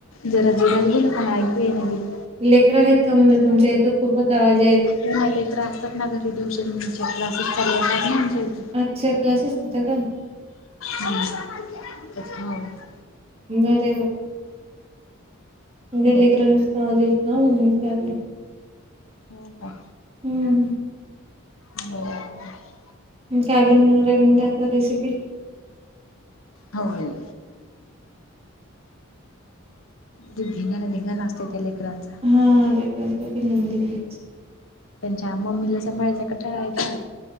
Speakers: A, on the left; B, on the right.
A: जरा जोरात बोला, मला ऐकू येईना घरी
B: लेकर आहेत का म्हटल, तुमच्या इथ खूपचं आवाज यायला.
A: होना लेकरं असतात ना घरी, ट्युशनच्या क्लासेस चालू असतात ना आमच्या इथ.
B: अच्छा क्लासेस घेता का?
A: हम्म <unintelligible>
B: <unintelligible> लई
A: हो
B: लेकरांचा
A: हो
B: आवाज येतो ना, म्हणून विचारल.
A: हो का
B: हम्म
A: बरोबरच आहे.
B: काय बनिवणार हाय मग आता रेसिपी?
A: होय त्यो धिंगाणा- धिंगाणा असतय त्या लेकरांचा.
B: हा, लेकरांनसाठी म्हणले मी
A: त्यांच्या मम्मीला सभांळायचा कटाळा आहे का?